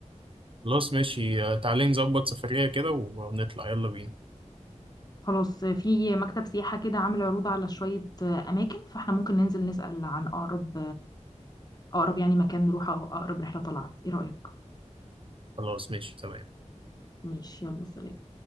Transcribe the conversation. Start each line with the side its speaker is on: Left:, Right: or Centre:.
Right: خلاص ماشي آه، تعالي نظبط سفرية كده ونطلع يلا بينا
Left: خلاص في مكتب سياحه كده عامل عروض على شويه اماكن فاحنا ممكن ننزل نسال عن اقرب اقرب يعني مكان نروحه او اقرب رحله طلعت ايه رايك
Right: خلاص ماشي تمام
Left: ماشي يلا سلام